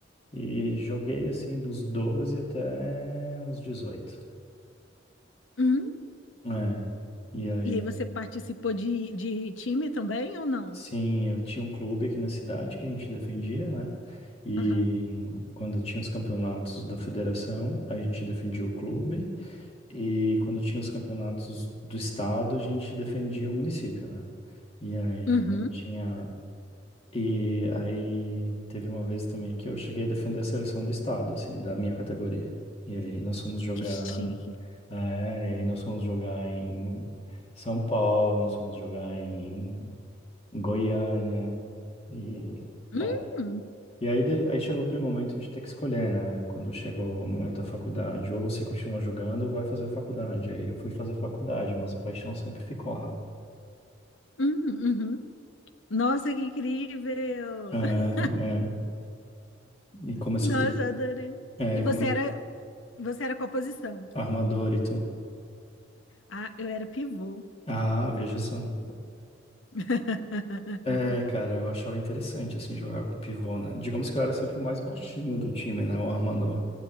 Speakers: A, on the left (about 30°); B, on the left (about 80°).
A: e joguei, assim, dos 12 até os dezoito
B: Hum.
A: É, e aí...
B: E aí você participou de, de time também ou não?
A: Sim, eu tinha um clube aqui na cidade que a gente defendia, né? E
B: Aham.
A: hum, quando tinha os campeonatos da federação, a gente defendia o clube. E quando tinha os campeonatos do estado, a gente defendia o município, né? E aí,
B: Uhum.
A: então, tinha. E aí, teve uma vez também que eu cheguei a defender a seleção do estado, assim, da minha categoria. E aí, nós fomos jogar.
B: Que chique.
A: É, e aí, nós fomos jogar em São Paulo, nós fomos jogar em Goiânia. E,
B: Hum,
A: é. E aí, de- aí chegou aquele momento de ter que escolher, né? Quando chegou o momento da faculdade, ou você continua jogando ou vai fazer a faculdade. Aí eu fui fazer a faculdade, mas a paixão sempre ficou lá.
B: hum, uhum. Nossa, que incrível!
A: É,
B: <laughs>
A: é. E começou
B: Nossa,
A: tudo.
B: adorei.
A: É,
B: E você
A: come...
B: era, você era qual posição?
A: Armador e tu.
B: Ah, eu era pivô.
A: Ah, veja só.
B: <laughs>
A: É, cara, eu achava interessante, assim, jogar com pivô, né? Digamos que eu era sempre o mais baixinho do time, né? O armador.